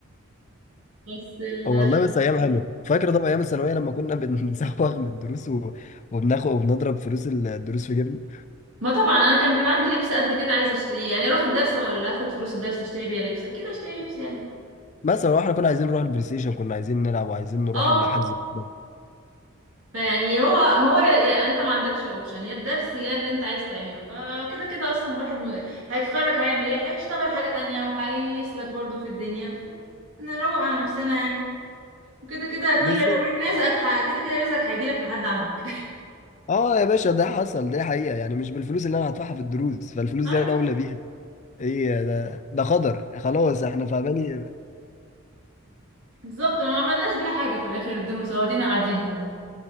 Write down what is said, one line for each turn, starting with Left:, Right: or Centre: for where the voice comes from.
Right: بس ال...
Left: والله بس ايام حلوه فاكر طبعا ايام الثانويه لما كنا <laughs> بنزوغ من الدروس و... وبناخد وبنضرب فلوس الدروس في جيبنا
Right: ما طبعا انا كان بيبقى عندي لبس قد كده عايزه اشتريه يعني اروح الدرس ولا اخد فلوس الدرس اشتري بيها لبس اكيد اشتري لبس يعني
Left: مثلا واحنا كنا عايزين نروح البلاي ستيشن كنا عايزين نلعب وعايزين نروح
Right: اه
Left: الحجز كوره
Right: فيعني هو ما هو يا... يا... انت ما عندكش اوبشن يا الدرس يا اللي انت عايز تعمله فكده كده اصلا الواحد م... هيتخرج هيعمل ايه هيشتغل حاجه تانية وهيسلك برضو في الدنيا فنروق على نفسنا يعني وكده كده كل
Left: بالظبط
Right: لو ليك رزقك ح... كده كده رزقك هيجيلك لحد عندك
Left: اه يا باشا ده حصل ده حقيقه يعني مش بالفلوس اللي انا هدفعها في الدروس فالفلوس
Right: <laughs> ايوه
Left: دي انا اولى بيها ايه ده ده قدر خلاص احنا فاهماني
Right: بالظبط ما عملناش بيها حاجه في الاخر الدروس اهو قاعدين قاعدين اهو.